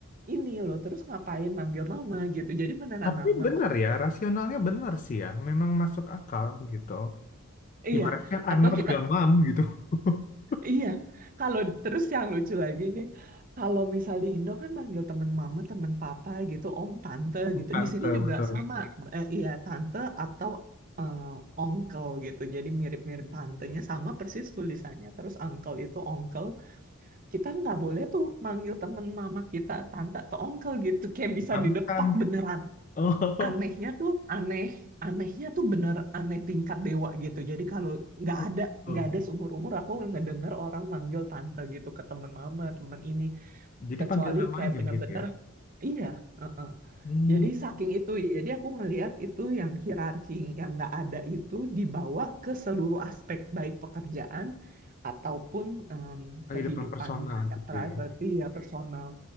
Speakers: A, on the right; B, on the left.
A: ini loh terus ngapain manggil mama gitu jadi beneran
B: Tapi
A: nama
B: benar ya, rasionalnya benar sih ya. Memang masuk akal gitu.
A: iya
B: Ibaratnya I'm
A: atau
B: not
A: kita
B: your mom gitu. <laughs>
A: Iya, kalau terus yang lucu lagi nih, kalau misalnya di Indo kan manggil teman mama, teman papa gitu, om, tante
B: Bukan,
A: gitu. Di
B: betul
A: sini juga
B: betul.
A: sama, eh, iya tante atau eh, onkel gitu. Jadi mirip-mirip tantenya sama persis tulisannya. Terus uncle itu onkel, kita nggak boleh tuh manggil teman mama kita tante atau onkel gitu, kayak bisa
B: Nah,
A: didepak
B: bukan.
A: beneran
B: Oh,
A: anehnya
B: <laughs>
A: tuh aneh anehnya tuh bener aneh tingkat dewa gitu jadi kalau nggak
B: oh,
A: ada
B: gitu.
A: nggak ada seumur umur aku ngedenger orang manggil tante gitu ke temen mama temen ini
B: Jadi
A: kecuali
B: panggil nama
A: kayak
B: aja
A: bener-bener
B: gitu ya.
A: iya heeh.
B: Hmm,
A: Jadi saking itu jadi aku ngelihat itu yang hierarki yang nggak ada itu dibawa ke seluruh aspek baik pekerjaan ataupun em,
B: kehidupan
A: kehidupan
B: personal
A: kayak
B: gitu
A: private
B: ya.
A: ya personal